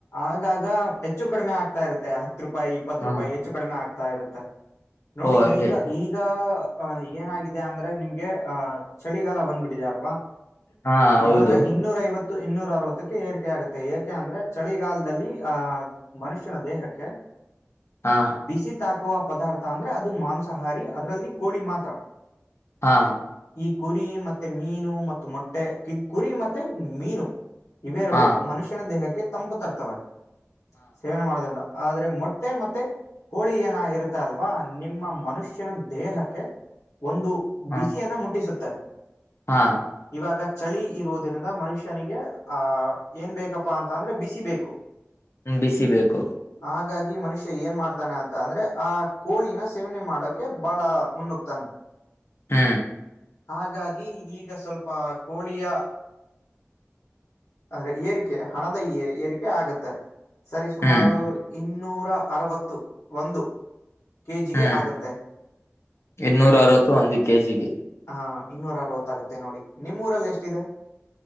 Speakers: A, on the left; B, on the left.
A: ಆಗಾಗ ಹೆಚ್ಚು ಕಡಿಮೆ ಆಗ್ತಾ ಇರುತ್ತೆ ಹತ್ತು ರೂಪಾಯಿ ಇಪ್ಪತ್ತು
B: ಹಾ
A: ರೂಪಾಯಿ ಹೆಚ್ಚು ಕಡಿಮೆ ಆಗ್ತ ಇರುತ್ತೆ ನೋಡಿ
B: ಓ ಹಂಗೆ
A: ಈಗ ಈಗ ಏನ ಅಂದ್ರೆ ನಿಮ್ಗೆ ಹಾ ಚಳಿಗಾಲ ಬಂದ್ಬಿಟ್ಟಿದೆ ಅಲ್ವಾ
B: ಹಾ ಹೌದು
A: <inaudible> ಇವಾಗ ಇನ್ನೂರ ಐವತ್ತು ಇನ್ನೂರ ಅರವತ್ತಕ್ಕೆ ಏರಿಕೆ ಆಗುತ್ತೆ ಏಕೆ ಅಂದ್ರೆ ಚಳಿಗಾಲದಲ್ಲಿ ಹಾ ಮನುಷ್ಯನ ದೇಹಕ್ಕೆ <inaudible>
B: ಹಾ
A: ಬಿಸಿ ತಾಕುವ ಪದಾರ್ಥ ಅಂದ್ರೆ ಅದು ಮಾಂಸಾಹಾರಿ ಅದ್ರಲ್ಲಿ ಕೋಳಿ ಮಾತ್ರ
B: ಹಾ
A: ಈ ಕುರಿ ಮತ್ತೆ ಮೀನು ಮತ್ತು ಮೊಟ್ಟೆ ಕುರಿ ಮತ್ತೆ ಮೀನು ಇವೆರಡು
B: ಹಾ
A: ಮನುಷ್ಯನ ದೇಹಕ್ಕೆ ತಂಪು ತರ್ತವೆ ಸೇವನೆ ಮಾಡೋದ್ರಿಂದ ಆದ್ರೆ ಮೊಟ್ಟೆ ಮತ್ತೆ ಕೋಳಿ ಏನ ಇರುತ್ತ ಅಲ್ವಾ ನಿಮ್ಮ ಮನುಷ್ಯನ ದೇಹಕ್ಕೆ ಒಂದು
B: ಹಾ
A: ಬಿಸಿಯನ್ನ ಮುಟ್ಟಿಸುತ್ತೆ
B: ಹಾ
A: ಇವಾಗ ಚಳಿ ಇರುವುದರಿಿಂದ ಮನುಷ್ಯನಿಗೆ ಆಹ ಏನ್ ಬೇಕಪ್ಪಾ ಅಂತ ಅಂದ್ರೆ ಬಿಸಿಬೇಕು
B: ಬಿಸಿ ಬೇಕು
A: ಹಾಗಾಗಿ ಮನುಷ್ಯ ಏನ್ ಮಾಡ್ತಾನೆ ಅಂತ ಅಂದ್ರೆ ಆ ಕೋಳಿನ ಸೇವನೆ ಮಾಡಕೆ ಬಹಳ ಮುನ್ನುಗ್ತಾನೆ
B: ಹ್ಮ್
A: ಹಾಗಾಗಿ ಈಗ ಸ್ವಲ್ಪ ಕೋಳಿಯ ಅ ಏರಿಕೆ ಹಣದ ಏರಿಕೆ ಆಗತ್ತೆ ಸರಿ ಸುಮಾರು
B: ಹ್ಮ್
A: ಇನ್ನೂರ ಅರವತ್ತು ಒಂದು ಕೆ ಜಿಗೆ
B: ಹ್ಮ್
A: ಆಗತ್ತೆ
B: ಇನ್ನೂರ ಅರವತ್ತು ಒಂದು ಕೆಜಿಗೆ
A: ಹಾ ಇನ್ನೂರ ಅರವತ್ತಾಗುತ್ತೆ ನೋಡಿ ನಿಮ್ಮೂಊರಲ್ಲಿ ಎಷ್ಟಿದೆ